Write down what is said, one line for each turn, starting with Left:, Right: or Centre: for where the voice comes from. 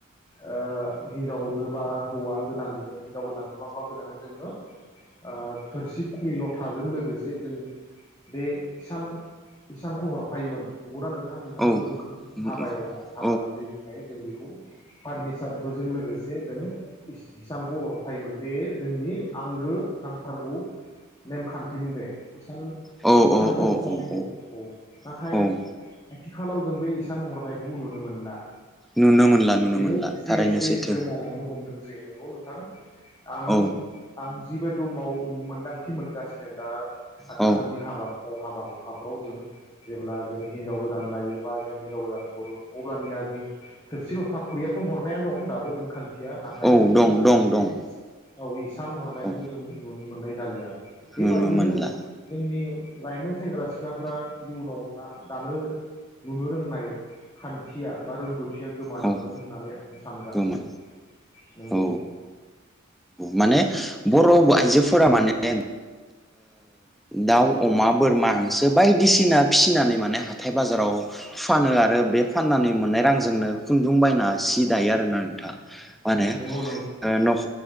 Left: ओ हिनजावनो बा हौवा गोदाननो हिनजाव गोदाननो बा हौवा गोदाननो जोङो ओ थोरसि खुंरि ल' थाजों लोगोसे जों बे इसान इसानखौ हरफायोमोन नंगौना नों नोंथां नोंथाङा
Centre: औ
Left: नुदों खोमा हाबायावहाय
Centre: औ
Left: हाबा
Centre: औ
Left: थिलिनिफ्राय जों बेखौ फार्निचारफोरजों लोगोसे जों इसानखौ हरफायोमोन बेयो जोंनि आंगो नांथारगौ नेमखान्थिमोन बेे इसान
Centre: औ
Left: इसानखौ
Centre: औ
Left: हरथारनांगौ
Centre: औ
Left: औ नाथाय
Centre: औ
Left: आथिखालाव जों बे इसान हरनायखौबो नुनो मोनला
Centre: नुनो मोनला नुनो
Left: बेबो
Centre: मोनला
Left: एसे
Centre: थारैनो
Left: एसे
Centre: सैथो
Left: गोमालांनो हमदोंसै नंगौ नोंथां? आं
Centre: औ
Left: आ जिबायथु माव मोनदांथि मोनगासिनो दा आथिखालनि
Centre: औ
Left: हाबाफ्राव हाबा हुखाफ्राव जों जेब्ला जों हिनजाव गोदान लायो बा जों हिनजाव गोदान हरो अब्लानिया जों थोरसि ल'था ख- खुरियाथ' हरनाया दं दाबो नेमखान- थिया नाथाय
Centre: औ दं
Left: जों
Centre: दं
Left: बे
Centre: दं
Left: औ इसान हरनायखौ
Centre: औ
Left: जों नुनो मोननाय जालिया। बेबायदिनो
Centre: नुनो मोनला
Left: जोंनि लाइमोन सेंग्रा सि- सिख्लाफ्रा इयुनावहा दानो नुनो रोंनाय खान्थिया बा रोंगौथिया गोमाालां
Centre: औ
Left: होननानै आं सानगासिनो
Centre: गोमा
Left: नंगौ।
Centre: औ माने बर' आइजोफोरा माने दाउ अमा बोरमा हांसो बायदिसिना फिसिनानै माने हाथाय बाजाराव फानो आरो बे फाननानै मोननाय रांजोंनो खुन्दुं बायना सि दायो आरोना नोंथां माने
Left: नंगौ
Centre: नख